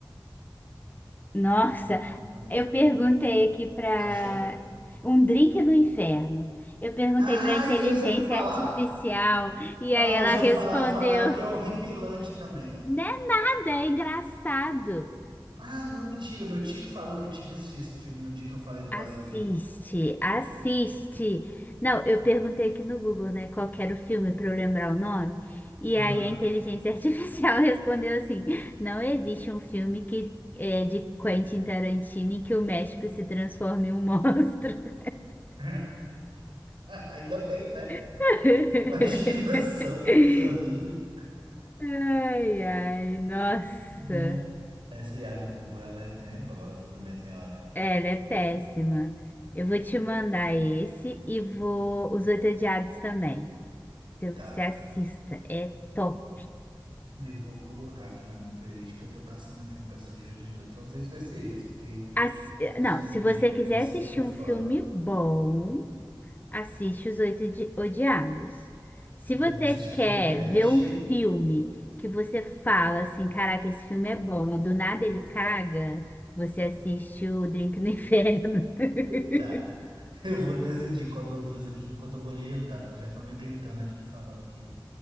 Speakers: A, on the left; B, on the right.
A: Nossa.
B: É, eu realmente não
A: Eu
B: vou lembrar.
A: perguntei aqui para
B: Achou?
A: um drink do inferno. Eu perguntei
B: Ah,
A: para inteligência
B: e eu já ouvi falar!
A: artificial e
B: Ah,
A: aí ela
B: eu já
A: respondeu:
B: ouvi falar. Falaram que é horripilante também.
A: "Não é nada, é engraçado.
B: Ah, não, mentira. Meu tio que falou que eu tinha que assistir esse filme no dia que eu falei do
A: Assiste,
B: Balé do Terror.
A: assiste." Não, eu perguntei aqui no Google, né, qual que era o filme para eu lembrar o nome. E
B: Aham.
A: aí a inteligência artificial <laughs> respondeu assim: "Não existe um filme que é de Quentin Tarantino em que o México se transforme em um monstro."
B: <laughs> Ainda bem, né?
A: <laughs>
B: Imagina só que coisa horrível.
A: Ai, ai, nossa.
B: É. Essa IA do Google, ela é tenebrosa também, tem hora.
A: É, Ela é péssima. Eu vou te mandar esse e vou os Oito Odiados também. Se
B: Tá.
A: Você assista, é top.
B: Eu vou colocar aqui na minha playlist que eu tô caçando um filme pra assistir hoje de noite. Só não sei se vai ser esse, porque
A: Assi-
B: Esse
A: Não,
B: filme
A: se você
B: de medo
A: quiser
B: assim
A: assistir
B: eu tô fora.
A: um filme bom, assiste Os Oito Di- Odiados. Se
B: Se
A: você
B: eu quiser assistir
A: quer
B: um filme trash,
A: ver um filme que você fala assim, caraca, esse filme é bom, e do nada ele caga, você assiste o Drink no Inferno. <laughs>
B: tá. <laughs> Eu vou decidir qual dos dois aqui enquanto eu vou lhe jantar, porque já estão me gritando aqui falando que,